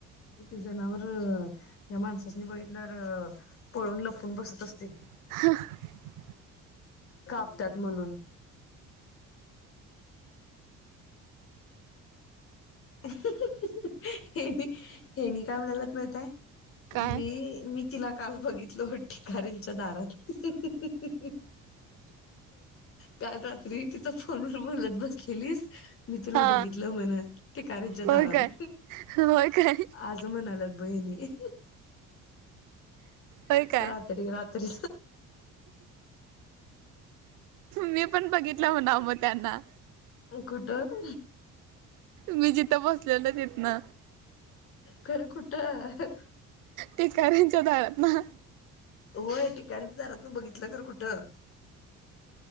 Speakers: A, on the left; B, on the right.
A: ते जनावरर्, ह्या माणसासनी बघितल्यावर्, पळून लपून बसत असतील.
B: <unintelligible>
A: कापतात म्हणून हे हेनी काय म्हणलात माहित आहे?
B: काय
A: मी मी तिला काल बघितलं हो ठिकाऱांच्या दारात. <unintelligible> काल रात्री तिथं फोनवर बोलत बसलेलीस. मी तुला
B: हा
A: बघितलं म्हण, ठिकाऱ्यांच्या
B: होय
A: दारात,
B: काय होय काय
A: आज म्हणालं. बहिणी
B: होय काय
A: रात्री रात्री
B: मी पण बघितलं हो ना, मग त्यांना.
A: कुठं?
B: मी जिथं बसलेल तिथंन.
A: खरं कुठं?
B: ठिकार्‍यांच्या दारात ना?
A: होय ठिकाणं, जरा तू बघितलं का रे कुठं?